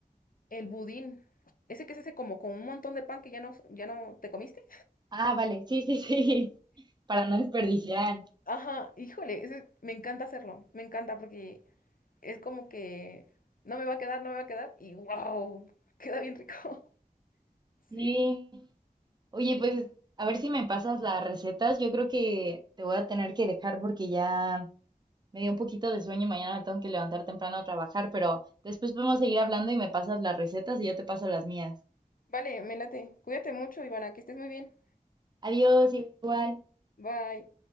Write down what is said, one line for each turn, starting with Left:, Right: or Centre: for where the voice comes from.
Left: el budín, ese que se hace como con un montón de pan que ya no, ya no te comiste.
Right: Ah, vale, sí, sí, sí, <laughs> para no desperdiciar.
Left: Ajá, híjole, ese, me encanta hacerlo, me encanta porque es como que no me va a quedar, no me va a quedar, y wow, queda bien rico,
Right: Sí,
Left: <laughs> sí.
Right: oye, pues a ver si me pasas las recetas. Yo creo que te voy a tener que dejar porque ya Me dio un poquito de sueño y mañana me tengo que levantar temprano a trabajar, pero después podemos seguir hablando y me pasas las recetas y yo te paso las mías.
Left: Vale, me late, cuídate mucho, Ivana, que estés muy bien.
Right: Adiós, igual.
Left: Bye.